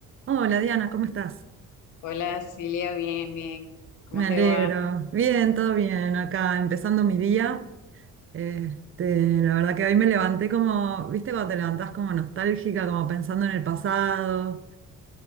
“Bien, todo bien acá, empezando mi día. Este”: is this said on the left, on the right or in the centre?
Right